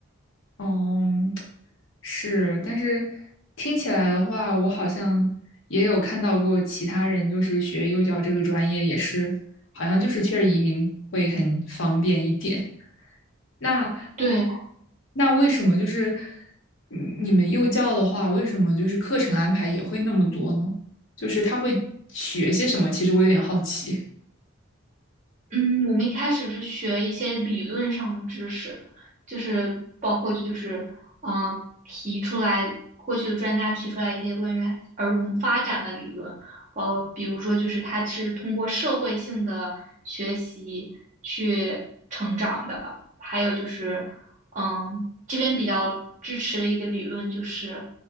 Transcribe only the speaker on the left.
哦，是，但是听起来的话，我好像也有看到过其他人，就是学幼教这个专业，也是好像就是确实移民会很方便一点。<laughs> 那
那为什么就是你你们幼教的话，为什么就是课程安排也会那么多呢？就是他会学些什么？其实我有点好奇。